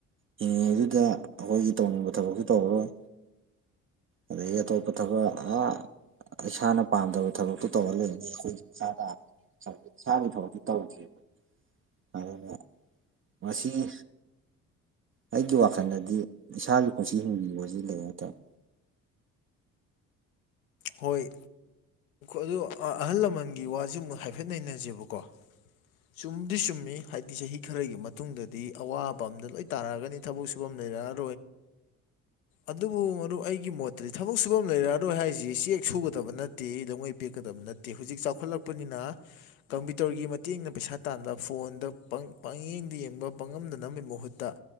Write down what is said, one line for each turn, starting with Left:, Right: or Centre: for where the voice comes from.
Right: ꯍꯤꯡꯉꯤꯉꯩꯗꯨꯗ ꯑꯩꯈꯣꯏꯒꯤ ꯇꯧꯅꯤꯡꯕ ꯊꯕꯛꯁꯨ ꯇꯧꯔꯔꯣꯏ ꯑꯗꯩ ꯑꯇꯣꯞꯄ ꯊꯕ ꯑ ꯏꯁꯥꯅ ꯄꯥꯝꯗꯕ ꯊꯕꯛꯇꯨ ꯇꯧꯍꯜꯂꯕꯅꯤ ꯑꯩꯈꯣꯏ ꯏꯁꯥꯗ ꯏꯁꯥꯒꯤ ꯐꯥꯎꯗꯤ ꯇꯧꯗꯕ ꯑꯗꯨꯅ ꯃꯁꯤꯁꯤ ꯑꯩꯒꯤ ꯋꯥꯈꯜꯗꯗꯤ ꯏꯁꯥꯒꯤ ꯄꯨꯟꯁꯤ ꯍꯤꯡꯕꯤꯨꯕꯁꯤ ꯀ ꯍꯥꯏꯇꯥꯔꯦ
Left: ꯍꯣꯏ ꯑꯗꯨ ꯑꯍꯜ ꯂꯃꯟꯒꯤ ꯋꯥꯁ ꯑꯃꯨꯛ ꯍꯥꯏꯐꯦꯠ ꯅꯩꯅꯁꯦꯕꯀꯣ ꯆꯨꯝꯗꯤ ꯆꯨꯝꯃꯤ ꯍꯥꯏꯕꯗꯤ ꯆꯍꯤ ꯈꯔꯒꯤ ꯃꯇꯨꯡꯗꯗꯤ ꯑꯋꯥꯕ ꯑꯝꯗ ꯂꯣꯏ ꯇꯥꯔꯛꯑꯒꯅꯤ ꯊꯕꯛ ꯁꯨꯐꯝ ꯔ ꯑꯗꯨꯕꯨ ꯑꯩꯒꯤ ꯃꯣꯠꯇꯗꯤ ꯊ ꯁꯨꯔꯛꯑꯔꯣꯏ ꯍꯥꯏ ꯁꯤ ꯆꯦꯛ ꯁꯨꯒꯗꯕ ꯅꯠꯇꯦꯗꯧꯉꯩ ꯄꯦꯛꯀꯗꯕ ꯅꯠꯇꯦ ꯍꯧꯖꯤꯛ ꯆꯥꯎꯈꯠꯂꯛꯄꯅꯤꯅ ꯀꯝꯄ꯭ꯌꯨꯇꯔꯒꯤ ꯃꯇꯦꯡꯅ ꯄꯩꯁꯥ ꯇꯥꯟꯕ ꯐꯣꯟꯗ ꯄꯥꯡꯌꯦꯡꯗ ꯌꯦꯡꯕ ꯄꯥꯡꯉꯝꯗꯅꯕꯒꯤ ꯃꯍꯨꯠꯇ